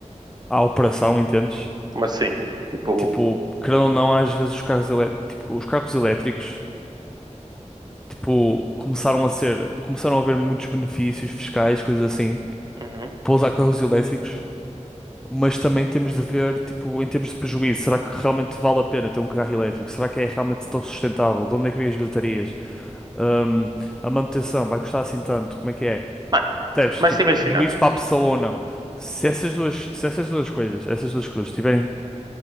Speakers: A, in the centre; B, on the right.
A: à operação, entendes?
B: Como assim? Tipo,
A: Tipo, querendo ou não, às vezes os carros, elé- tipo, os carros elétricos, tipo, começaram a ser, começaram a haver muitos benefícios fiscais, coisas assim,
B: uhum.
A: para usar carros elétricos, mas também temos de ver, tipo, em termos de prejuízo, será que realmente vale a pena ter um carro elétrico? Será que é realmente tão sustentável? De onde é que vêm as baterias? Ahm, a manutenção vai custar assim tanto? Como é que é?
B: Mano,
A: Percebes?
B: mas
A: Tipo,
B: te imagina,
A: prejuízo para a pessoa ou não? Se essas duas, se essas duas coisas, essas duas cruzes estiverem